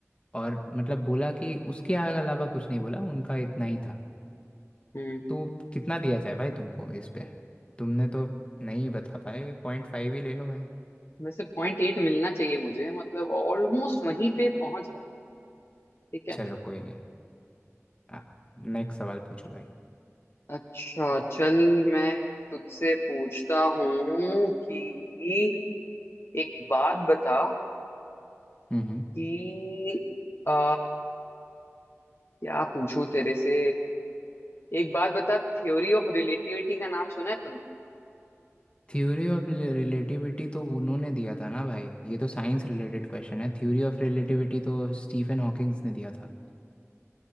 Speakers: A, on the left (about 20°); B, on the left (about 55°).
A: और मतलब बोला कि उसके अलावा कुछ नहीं बोला उनका इतना ही था
B: हम्म
A: तो कितना दिया जाए भाई तुमको इस पे तुमने तो नहीं बता पाए पॉइंट फाइव ही ले लो भाई
B: वैसे पॉइंट एट मिलना चाहिए मुझे मतलब ऑलमोस्ट वहीं पे पहुंच जाती हूँ ठीक है
A: चलो कोई नहीं आप नेक्स्ट सवाल पूछो भाई
B: अच्छा चल मैं तुझसे पूछता हूँ कि एक बात बता
A: हम्म
B: कि आ, क्या पूछूं तेरे से एक बात बता थ्योरी ऑफ रिलेटिविटी का नाम सुना है तूने
A: थ्योरी ऑफ रिलेटिविटी तो उन्होंने दिया था ना भाई ये तो साइंस रिलेटेड क्वेश्चन है थ्योरी ऑफ रिलेटिविटी तो स्टीफन हॉकिंग्स ने दिया था